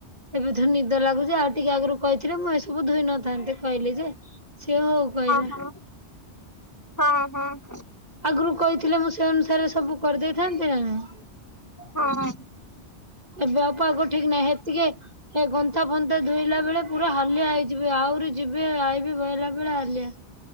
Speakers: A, on the right; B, on the left.
A: ଏବେ ଥ ନିଦ ଲାଗୁଚି ଆଉ ଟିକେ ଆଗରୁ କଇଥିଲେ ମୁଁ ସବୁ ଧୁଇ ନଥାନ୍ତି କଇଲି ଯେ। ସିଏ ହଉ କଇଲା।
B: ହଁ ହଁ ହଁ।
A: ଆଗୁରୁ କଇଥିଲେ ମୁଁ ସେ ଅନୁସାରେ ସବୁ କରିଦେଇଥାନ୍ତି ନା ନାଇଁ।
B: ହଁ
A: ଏବେ ଆଉ ପାଗ ଠିକ୍ ନାହିଁ ହେତିକେ ହେ ଗନ୍ତା ଫନ୍ତା ଧୋଇଲା ବେଳେ ପୁରା ହାଲିଆ ହେଇଯିବି ଆଉରି ଯିବି ଆଇବି ବଇଲା ବେଳେ ହାଲିଆ।